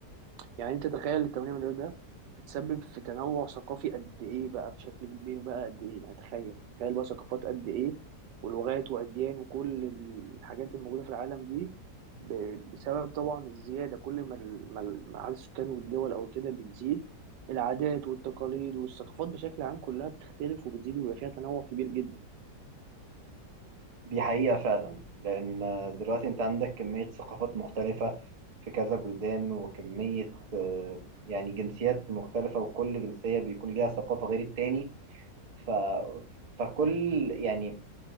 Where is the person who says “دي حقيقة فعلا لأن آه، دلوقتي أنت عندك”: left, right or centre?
Right